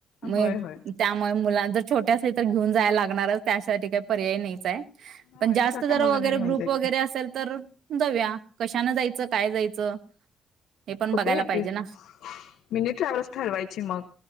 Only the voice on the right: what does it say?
मग
त्यामुळे मुलां जर छोट्या असलीत तर घेऊन जायला लागणारच, त्यासाठी काय पर्याय नाहीच हाय.
पण जास्त
जरा
वगैरे
ग्रुप
वगैरे असेल तर जाऊया. कशानं जायचं? काय जायचं? हे पण
बघायला पाहिजे
ना